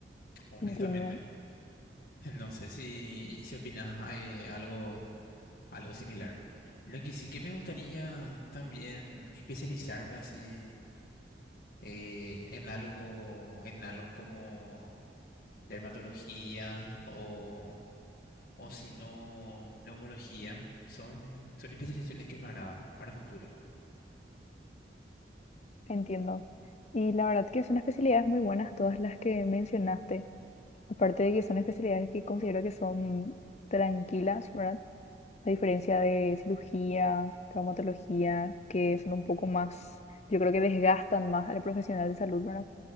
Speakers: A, on the left; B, on the left.
A: honestamente.
B: entiendo,
A: <laughs> No sé si, si opinas eh, algo algo similar. Lo que sí que me gustaría también especializarme así eh, en algo, en algo como dermatología o, o si no, neumología. Son, son especializaciones que me agradan para futuro.
B: entiendo. Y la verdad que son especialidades muy buenas todas las que mencionaste, aparte de que son especialidades que considero que son tranquilas, ¿verdad? A diferencia de cirugía, traumatología, que son un poco más, yo creo que desgastan más al profesional de salud, ¿verdad?